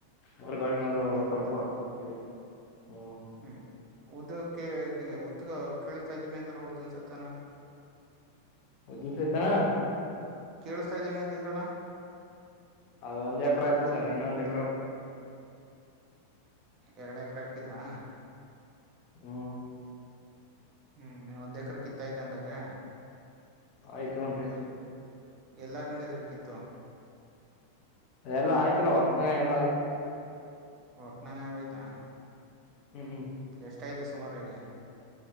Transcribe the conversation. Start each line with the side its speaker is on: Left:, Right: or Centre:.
Left: ಮರಗಳನವರು
Right: ಉದ್ದು
Left: ಸ್ವಲ್ಪ
Right: ಭತ್ತ
Left: ಇದು ಹ್ಮ
Right: ಹ್ಮ್ ಉದ್ದಕ್ಕೆ ಉದಗ ಕೇಳಸ್ತಾ ಇದ್ದೀನಿ ಅಂತ ಉದದ ಸತಾನ
Left: ಒದ ಸತನಾ
Right: ಕೇಳಿಸ್ತಾ ಇದ್ದೀವಿ ಅಂತ ಇದ್ರಲ್ಲ
Left: ಅದು ಒಂದ್ ಎಕ್ರೆ ಆಯ್ತು ಸರ್ ಇನ್ನೊಂದ್ ಎಕ್ರೆ
Right: ಎರಡ್ ಎಕರೆ ಹಾಕಿದ್ರಾ
Left: ಹ್ಮ
Right: ಹ್ಮ್ ನೀ ಒಂದ್ ಎಕರ್ ಕಿತ್ತೊಯ್ತ ಹಂಗಾರೆ
Left: ಆಯ್ತು ಒಂದ್ ಎಕ
Right: ಎಲ್ಲ್ ಹಾಕಂಡದ್ರಿ ಕಿತ್ತು
Left: ಎಲ್ಲ ಆಯ್ತಲ್ಲಾ ವಂಕಣ ಎಲ್ಲ ಆಯ್ತ್
Right: ವಕಣ್ಣನನೆ ಆಗೋಯ್ತಾ
Left: ಹ್ಮ್
Right: ಎಷ್ಟಾಯ್ತು ಸುಮಾರಾಗಿ